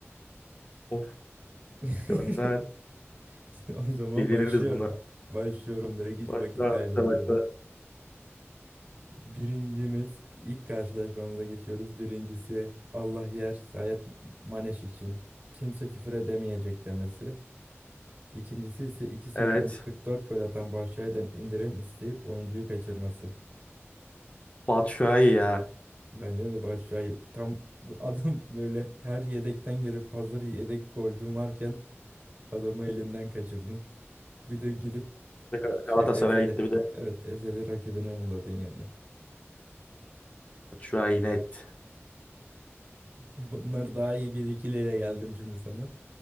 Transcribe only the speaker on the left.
Of
gönder.
Deliririz
buna.
Başla
başla başla.
Evet.
Batshuayi ya.
Bir de Ga-
Galatasaray'a
gitti bir de.
Batshuayi net.